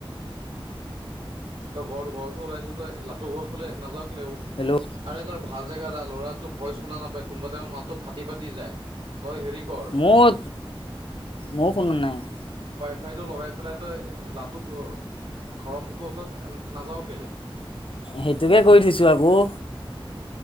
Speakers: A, on the right; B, on the left.
A: তই ঘৰতো, ঘৰৰ ওলাইছো তই লাট্টো ঘৰ ওচৰলে নাযাও- লে,
B: হেল্ল'
A: আৰে তই ভাল জেগাত আহ ল'ৰা তোৰ ভইচ শুনা নাপায়, কোনোবা টাইমত মাতটো ফাটি-ফাটি যায়। তই হেৰি কৰ
B: মোৰ, মোও শুনা নাই।
A: সেইটো লগাই পেলাই তই ঘৰৰ মুখৰ ওচৰত নাযাও কেলে?
B: সেইটোকে কৰি থৈছো আকৌ।